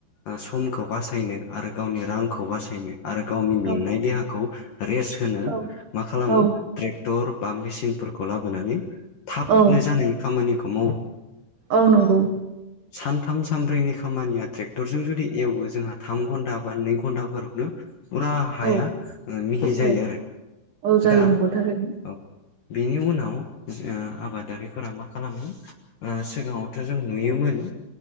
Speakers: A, on the left; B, on the right.
A: ओ समखौ बासायनो आरो गावनि रांखौ बासायनो आरो गावनि मेंनाय
B: औ
A: देहाखौ रेस्ट होनो
B: औ
A: मा खालामो
B: औ
A: ट्रेक्टर बा मेसिनफोरखौ लाबोनानै थाबनो
B: औ
A: जानाय खामानिखौ मावो।
B: औ नंगौ।
A: सानथाम सानब्रैनि खामानिया ट्रेक्टरजों जुदि एवो जोंहा थाम घन्टा बा नै घन्टाफोरावनो फुरा हाया
B: औ
A: मिहि जायो
B: औ
A: आरो
B: औ जायो
A: दा
B: नंगौ थारैनो
A: औ बिनि उनाव ओ आबादारिफोरा मा खालामो ओ सिगाङावथ' जों नुयोमोन